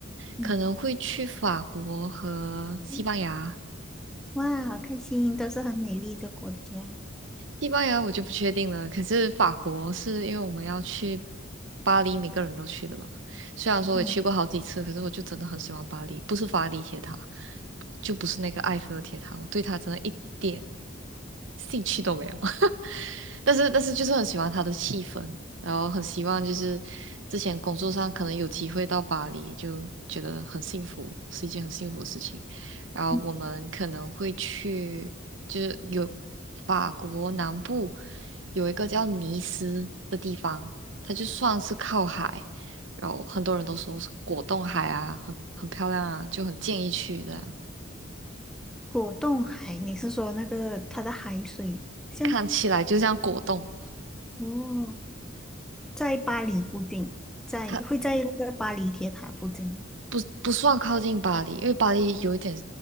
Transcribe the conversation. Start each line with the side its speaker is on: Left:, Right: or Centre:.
Centre: 嗯，
Right: 可能会去法国和西班牙。
Centre: 嗯哇，好开心，都是很美丽的国家。
Right: 西班牙我就不确定了，可是法国是因为我们要去巴黎，每个人都去的嘛。虽然说我也去过好几次，
Centre: 嗯
Right: 可是我就真的很喜欢巴黎，不是法里铁塔，就不是那个埃菲尔铁塔，我对它真的一点兴趣都没有。但是但是就是很喜欢它的气氛，然后很希望就是之前工作上可能有机会到巴黎，就觉得很幸福，是一件很幸福的事情。然后我们可能会去，
Centre: 嗯，
Right: 就是有法国南部有一个叫尼斯的地方，它就算是靠海，然后很多人都说是果冻海啊，很很漂亮啊，就很建议去的，
Centre: 果冻海，你是说那个它的海水像
Right: 看起来就像果冻。
Centre: 哦，在巴黎附近，在会在那个巴黎铁塔附近吗
Right: 它。不不算靠近巴黎，因为巴黎有一点